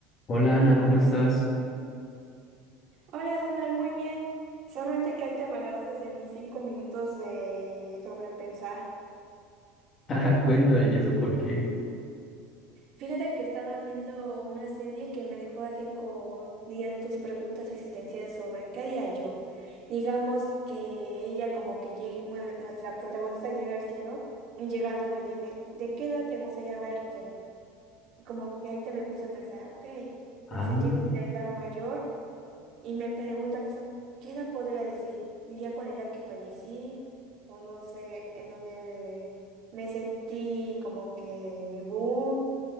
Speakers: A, on the left; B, on the right.
A: Hola Ana, ¿cómo estás? <laughs>
B: Hola Donald, muy bien. Solamente que ahorita me agarraste en mis cinco minutos de sobrepensar.
A: Ah, Cuéntame, ¿y eso por qué?
B: Fíjate que estaba viendo una serie que me dejó así con, dirían, tus preguntas existenciales sobre qué haría yo. Digamos que ella como que llega, bueno, nuestra protagonista llega al cielo y llegando le dice, ¿de qué edad te gustaría verte? Y como que ahí te me puse a pensar, ok,
A: Ah,
B: no sé, llego a una edad mayor y me preguntan eso, ¿qué edad podría decir? ¿Diría con la edad que fallecí? O no sé, en donde me sentí como que mi boom,